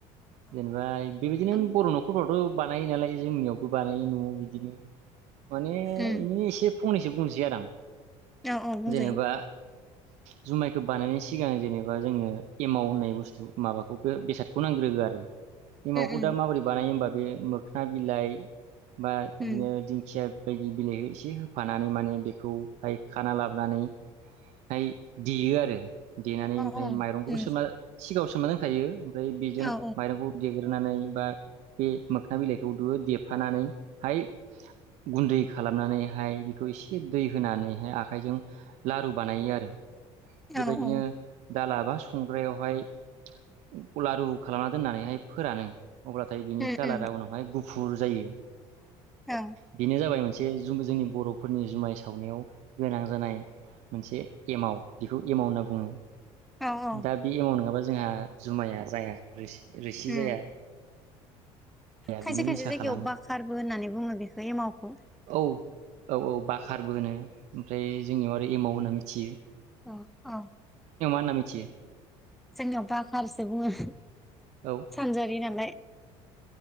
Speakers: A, in the centre; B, on the right (about 65°).
A: आं
B: जेनेबा बेबायदिनो
A: उम
B: बर' न'खरफ्रावथ' बानायो नालाय जोंनियाव। बानायो न'आव बिदिनो माने
A: उम
B: इनो एसे फंनैसो बुंनोसै आरो आं
A: औ औ बुंजायो
B: जेनेबा जुमायखौ बानायनायनि सिगां जेनेबा जोंनो एमाव होननाय बुस्थु माबाखौ बे बेसादखौ नांग्रोगौ आरो। एमावखौ
A: उम
B: दा माबोरै बानायो होमबा बे मोख्ना बिलाइ बा इदिनो
A: उम
B: दिंखिया। बायदि बिलाइ एसे होफानानै माने बेखौहाय खाना लाबोनानैहाय देयो आरो। देनानै ओमफ्राय
A: औ औ
B: माइरं गसोमा
A: उम
B: सिगाङाव सोमना दोनखायो। ओमफ्राय बेजों
A: औ
B: माइरंखौ देग्रोनानै बा बे मोखोना बिलाइखौ दो देफानानैहाय गुन्दै खालामनानैहाय बेखौ एसे दै होनानैहाय आखाइजों लारु बानायो आरो। बेबायदिनो
A: औ उम
B: दा लाबा संग्रायावहाय गलारु खालामना दोननानैहाय फोरानो। अब्लाथाय बिनि
A: उम
B: कालारा उनावहाय गु फुर जायो।
A: औ
B: बेनो जाबाय मो से जुं जोंनि बर'फोरनि जुमाय सावनायाव गोनां जानाय मोनसे एमाव बेखौ एमाव होनना बुङो।
A: औ औ
B: दा बे एमाव नङाबा जोंहा जुमाया जाया <unintelligible> रोसि
A: उम
B: जाया।
A: खायसे
B: बिनो
A: खायसे
B: निसा
A: जायगायाव
B: खालामो
A: बाखारबो होननानै बुङो बेखौ एमावखौ।
B: औ औ औ बाखारबो होनो। ओमफ्राय जोंनियाव आरो एमाव होनना मि थियो।
A: अ औ।
B: ना मिथियो
A: जोंनियाव बाखारसो बुङो।
B: औ ओ।
A: सानजारि नालाय